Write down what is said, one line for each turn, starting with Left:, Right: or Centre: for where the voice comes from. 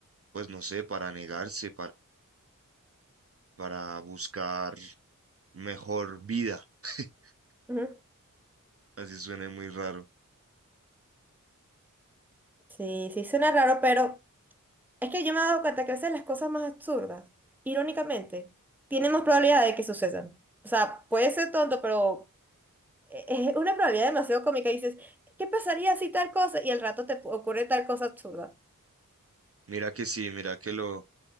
Right: pues no sé, para negarse, para buscar mejor vida. <laughs>
Centre: Ujú.
Right: Así suena muy raro.
Centre: Sí, sí, suena raro, pero es que yo me he dado cuenta que a veces las cosas más absurdas, irónicamente, tienen más probabilidad de que sucedan. O sea, puede ser tonto, pero e- es una probabilidad demasiado cómica. Y dices, ¿qué pasaría si tal cosa? Y al rato te ocurre tal cosa absurda.
Right: Mira que sí, mira que lo,